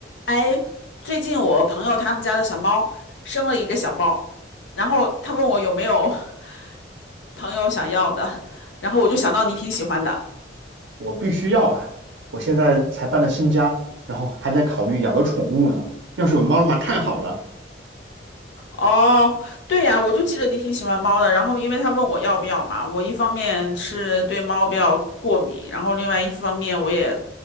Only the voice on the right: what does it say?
我必须要啊！我现在才搬了新家，然后还在考虑养个宠物呢。要是有猫的话，太好了。